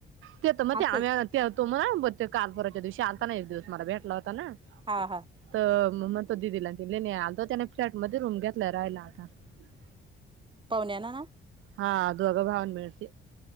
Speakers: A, on the right (about 85°); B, on the right (about 25°).
A: ते तर मग
B: हाच
A: ते आम्ही
B: आहे
A: तो मला ते कालपराच्या दिवशी आलताना एक दिवस मला भेटला होता ना
B: हा हा
A: तर मग तो दिदीला तले आल तर त्याने फ्लॅट मध्ये रूम घेतला राहियला आता <unintelligible>
B: पावण्या ना ना
A: हा अधवग भावन मिेळस